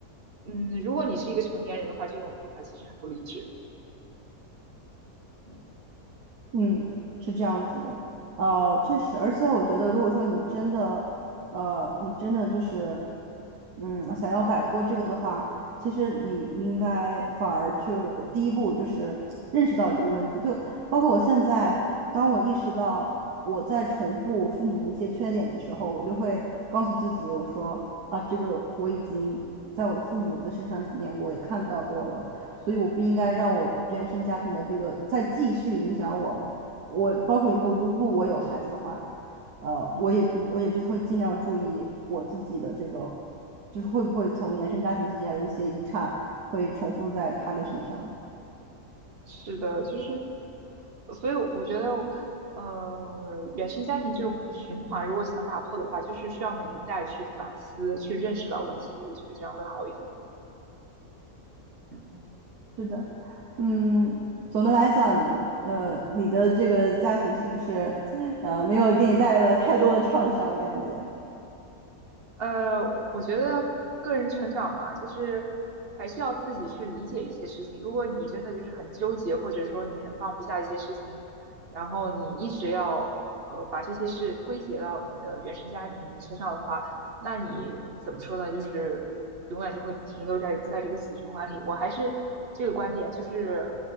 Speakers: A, on the right; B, on the right.
A: 嗯，如果你是一个成年人的话，这种做法其实很不理智。嗯
B: 嗯，是这样子的，呃，确实，而且我觉得，如果说你真的，呃，你真的就是，嗯，想要摆脱这个的话，其实你应该反而就第一步就是认识到这个问题，就包括我现在，当我意识到我在重复我父母的一些缺点的时候，我就会告诉自己，我说啊，这个我已经在我的父母的身上体验过，也看到过了。所以我不应该让我原生家庭的这个再继续影响我了。
A: 嗯。
B: 我包括以后如果我有孩子的话，呃，
A: 嗯，
B: 我也不，我也就是会尽量注意我自己的这个，就是会不会从原生家庭积累的一些遗产会重复在他的身上。
A: 是的，就是，所以我觉得，呃，原生家庭这种循环，如果想打破的话，就是需要每一代去反思，去认识到问题，我觉得这样会好一点。嗯。
B: 是的，嗯，总的来讲，呃，你的这个家庭是不是，呃，没有给你带来太多的创伤？感觉
A: 呃，我我觉得个人成长嘛，就是还是要自己去理解一些事情。如果你真的就是很纠结，或者说你很放不下一些事情，然后你一直要呃把这些事归结到你的原生家庭身上的话，那你怎么说呢？就是永远就会停留在在这个死循环里。我还是这个观点，就是